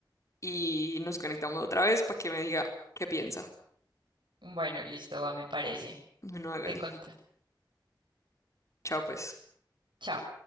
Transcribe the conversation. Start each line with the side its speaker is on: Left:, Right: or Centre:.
Left: y nos conectamos otra vez para que me diga qué piensa.
Right: Bueno, listo, va, me parece.
Left: Bueno, hágale.
Right: Te conté.
Left: Chao, pues.
Right: Chao.